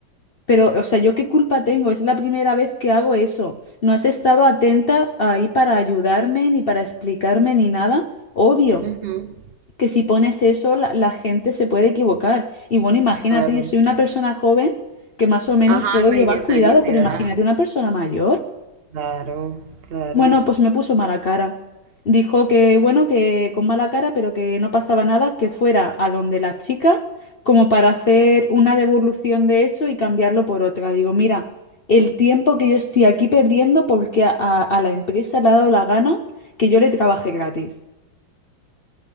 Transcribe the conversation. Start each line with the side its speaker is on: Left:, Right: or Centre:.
Left: Pero, o sea, ¿yo qué culpa tengo? Es la primera vez que hago eso. No has estado atenta ahí para ayudarme, ni para explicarme, ni nada. Obvio
Right: Ujú,
Left: que si pones eso, la, la gente se puede equivocar. Y bueno, imagínate,
Right: claro.
Left: yo soy una persona joven que más o menos
Right: Ajá,
Left: puedo
Right: imagínate
Left: llevar cuidado,
Right: a alguien de
Left: pero
Right: edad.
Left: imagínate una persona mayor.
Right: Claro, claro.
Left: Bueno, pues me puso mala cara. Dijo que, bueno, que con mala cara, pero que no pasaba nada, que fuera a donde la chica, como para hacer una devolución de eso y cambiarlo por otra. Digo, mira, el tiempo que yo estoy aquí perdiendo porque a, a- a la empresa le ha dado la gana que yo le trabaje gratis.